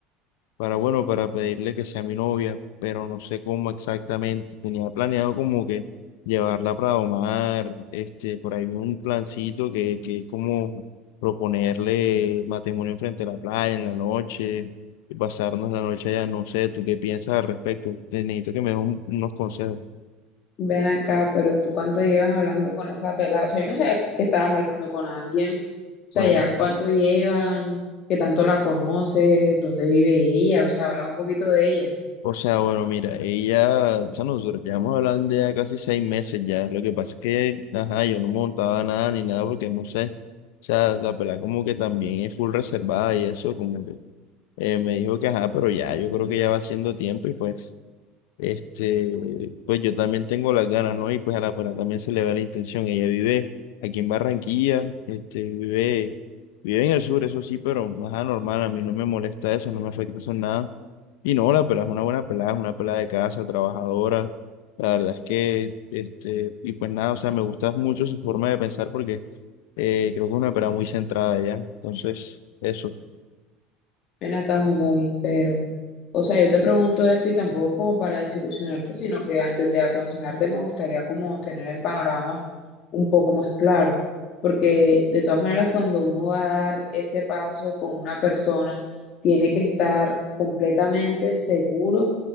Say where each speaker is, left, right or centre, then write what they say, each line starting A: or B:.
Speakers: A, on the left; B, on the left.
A: para, bueno, para pedirle que sea mi novia, pero no sé cómo exactamente. Tenía planeado como que llevarla para Omar, este, por ahí un plancito que, que es como proponerle matrimonio frente a la playa en la noche y pasarnos la noche allá. No sé, ¿tú qué piensas al respecto? Te necesito que me des un- unos consejos.
B: ven acá, pero ¿tú cuánto llevas hablando con esa pelada? O sea, yo no sé que estabas hablando con alguien, o sea,
A: Bueno.
B: ya cuánto llevan, qué tanto la conoces, dónde vive ella, o sea, habla un poquito de ella.
A: O sea, bueno, mira, ella, o sea, nosotros llevamos hablando ya casi seis meses ya. Lo que pasa es que, ajá, yo no montaba nada ni nada porque no sé. O sea, la pelada como que también es full reservada y eso, como que eh, me dijo que ajá, pero ya, yo creo que ya va siendo tiempo y pues, este, pues yo también tengo las ganas, ¿no? Y pues a la pelada también se le va la intención. Ella vive aquí en Barranquilla, este, vive, vive en el sur, eso sí, pero ajá, normal, a mí no me molesta eso, no me afecta eso en nada. Y no, la pelada es una buena pelada, es una pelada de casa, trabajadora. La verdad es que, este, y pues nada, o sea, me gusta mucho su forma de pensar porque eh, creo que es una pelada muy centrada ya. Entonces, eso.
B: Ven acá, Juan David, pero, o sea, yo te pregunto esto y tampoco es como para desilusionarte, sino que antes de aconsejarte me gustaría como tener el panorama un poco más claro, porque de todas maneras cuando uno va a dar ese paso con una persona, tiene que estar completamente seguro